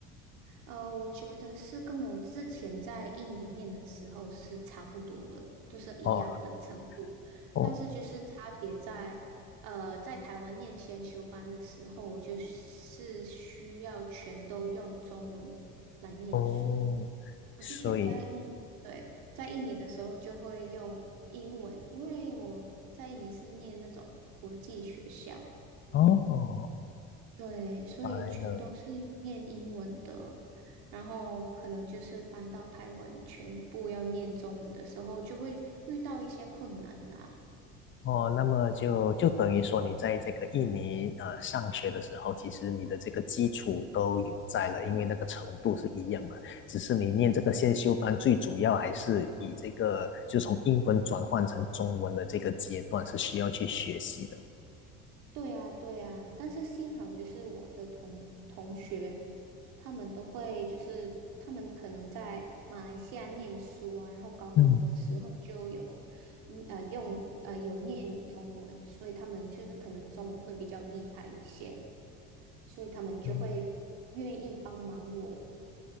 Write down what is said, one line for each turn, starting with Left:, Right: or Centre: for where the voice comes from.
Right: 呃，我觉得是跟我之前在印尼念的时候是差不多的，就是一样的程度，
Left: 哦哦
Right: 但是就是差别在，呃，在台湾念先修班的时候，我就是需要全都用中文来念书。
Left: 哦，
Right: 我之前在印，
Left: 所以
Right: 对，在印尼的时候就会用英文，因为我在印尼是念那种国际学校，
Left: 哦，哦
Right: 对，所以全都是念英文的。
Left: 白了。
Right: 然后可能就是搬到台湾，全部要念中文的时候，就会遇到一些困难啦。
Left: 哦，那么就就等于说，你在这个印尼呃上学的时候，其实你的这个基础都有在了，因为那个程度是一样嘛。
Right: 嗯。
Left: 只是你念这个先修班，
Right: 嗯。
Left: 最主要还是以这个就从英文转换成中文的这个阶段是需要去学习的。
Right: 对啊，对啊，但是幸好就是我的同同学，他们都会就是他们可能在马来西亚念书啊，然后高中的时候就有，
Left: 嗯
Right: 嗯呃，用呃有念中文，所以他们就是可能中文会比较厉害一些，所以他们就会愿意帮忙我。
Left: 嗯